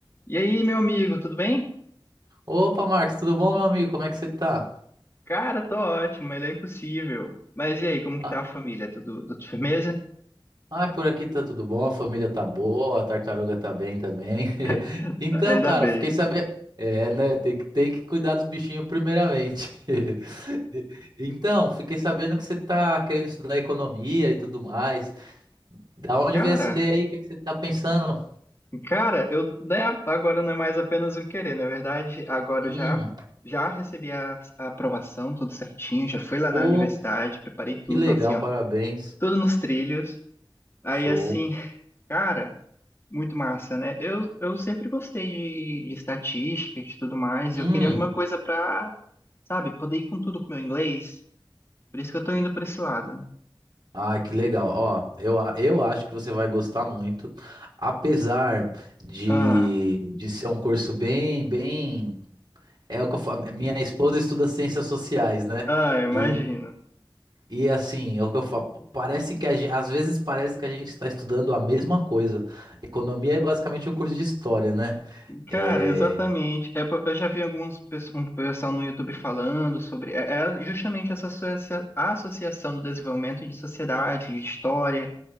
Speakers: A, on the left (about 30°); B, on the right (about 55°).
A: E aí, meu amigo, tudo bem?
B: Opa, Marcos, tudo bom, meu amigo? Como é que você tá?
A: Cara, tô ótimo, ele é impossível. Mas e aí, como que
B: Ah,
A: tá a família? Tudo, tudo firmeza?
B: ah, por aqui tá tudo bom, a família tá boa, a tartaruga tá bem também. <laughs>
A: <laughs>
B: Então,
A: Ainda
B: cara,
A: bem.
B: fiquei sabendo. É, né? Tem que, tem que cuidar dos bichinhos primeiramente. <laughs> Então, fiquei sabendo que você tá querendo estudar economia e tudo mais. Da onde
A: Cara,
B: veio essa ideia aí? O que que você tá pensando?
A: cara, eu, né, agora não é mais apenas um querer, na verdade, agora
B: Hum,
A: eu já, já recebi a, a aprovação, tudo certinho, já fui lá
B: pô,
A: na universidade, preparei tudo,
B: que legal,
A: assim, ó,
B: parabéns.
A: tudo nos trilhos. Aí,
B: Show.
A: assim, <laughs> cara. Muito massa, né? Eu, eu sempre gostei de, de estatística, de tudo mais. Eu
B: Hum.
A: queria alguma coisa pra, sabe, poder ir com tudo com o meu inglês. Por isso que eu tô indo pra esse lado.
B: Ah, que legal. Ó, eu, a- eu acho que você vai gostar muito, apesar de,
A: Ah,
B: de ser um curso bem, bem. É o que eu falo. Minha esposa estuda ciências sociais, né?
A: ah, imagino.
B: E, e assim, é o que eu falo. Parece que a gente, às vezes parece que a gente está estudando a mesma coisa. Economia é basicamente o curso de história, né?
A: Cara,
B: É.
A: exatamente. É, po- eu já vi alguns pes- um pessoal no YouTube falando sobre é, é justamente essa associa- associação do desenvolvimento de sociedade, de história,